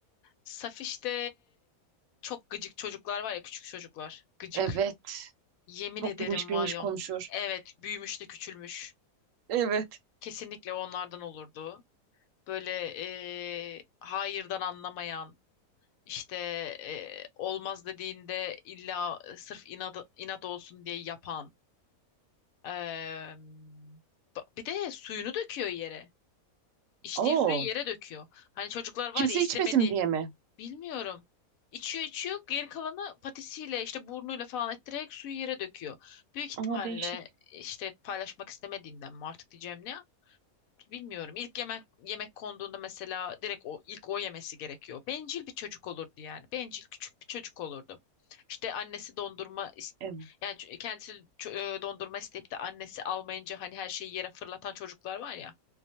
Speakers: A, on the left; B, on the right.
A: Safiş'te çok gıcık çocuklar var ya küçük çocuklar. Gıcık.
B: Evet.
A: Yemin
B: Çok
A: ederim
B: bilmiş bilmiş
A: var ya.
B: konuşur.
A: Evet büyümüş de küçülmüş.
B: Evet.
A: Kesinlikle onlardan olurdu. Böyle eee, hayırdan anlamayan işte eee, olmaz dediğinde illa sırf inat, inat olsun diye yapan. Eee, ba- bir de suyunu döküyor yere. İçtiği
B: Oo.
A: suyu yere döküyor. Hani çocuklar
B: Kimse
A: var ya istemedi.
B: içmesin diye mi?
A: Bilmiyorum. İçiyor içiyor geri kalanı patisiyle işte burnuyla falan ettirerek suyu yere döküyor. Büyük ihtimalle
B: Ama değişik.
A: işte paylaşmak istemediğinden mi artık diyeceğim ne bilmiyorum. İlk yemek yemek konduğunda mesela direkt o ilk o yemesi gerekiyor. Bencil bir çocuk olurdu yani. Bencil küçük bir çocuk olurdu. İşte annesi dondurma is-
B: Evet.
A: yani ç- kendisi ç- e, dondurma isteyip de annesi almayınca hani her şeyi yere fırlatan çocuklar var ya.